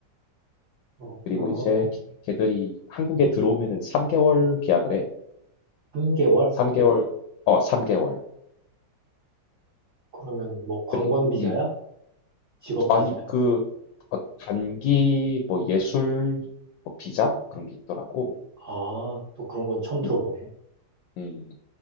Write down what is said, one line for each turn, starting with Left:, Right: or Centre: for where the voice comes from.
Right: 그렇구나.
Left: 그리고 이제 걔- 걔들이 한국에 들어오면은 3개월 계약을 해.
Right: 3개월?
Left: 3개월, 어, 3개월.
Right: 그러면 뭐 관광
Left: 그리,
Right: 비자야?
Left: 음,
Right: 직업
Left: 아니
Right: 비자야?
Left: 그 어, 단기 뭐 예술 뭐 비자 그런 게 있더라고.
Right: 아, 또 그런 건 처음 들어보네.
Left: 음, 음.